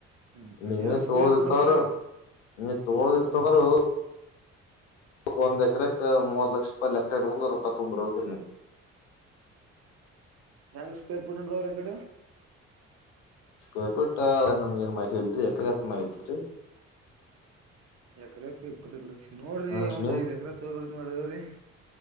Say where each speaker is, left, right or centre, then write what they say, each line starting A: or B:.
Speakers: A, on the right (about 40°); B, on the left (about 70°).
A: ಹ್ಮ್
B: ನೀವೇನು
A: ಹೆಂಗ್ ಸ್ಕ್ವೇರ್
B: ತಗೊಳ್ಳೋದು
A: ಫೀಟ್
B: ಇತ್
A: ಅದಾವ್ರಿ
B: ಅಂದ್ರ ನೀವು ತಗೊಳ್ಳೋದು ಇತ್ತು
A: ಹಾ
B: ಅಂದ್ರ ಒಂದ್ ಎಕರೆ ಕ್ಕಾ ಮೂವತ್ತು ಲಕ್ಷ ರೂಪಾಯಿದ್ದು ಲೆಕ್ಕಾ ಇಟ್ಕೊಂಡ ರೊಕ್ಕ ತಗೊಂಡ್ ಬರ್ಬೇಕು ರೀ ನೀವು <unintelligible>
A: ಹೆಂಗ ಸ್ಕ್ವೆೇರ್ ಫೀಟ್ ನಡದಾವರಿ ಆಕಡೆ
B: ಸ್ಕ್ವೇರ್ ಫೀಟ್ ಅಳಿಯದು ನಮಗ ಏನ್ ಮಾಹಿತಿ ಇಲ್ರಿ ಎಕರೆ ಅಟ್ಟ ಮಾಹಿತಿ ರಿ
A: ಎಕರೆಕ್ ಇಪ್ಪತ್ತೈದು ಲಕ್ಷ ನೋಡ್ರಿ
B: ರೀ
A: ಒಂದ್ ಐದ್ ಎಕ್ರೆ ತೋ ಬೇಕ ಮಾಡಿವ್ರೀ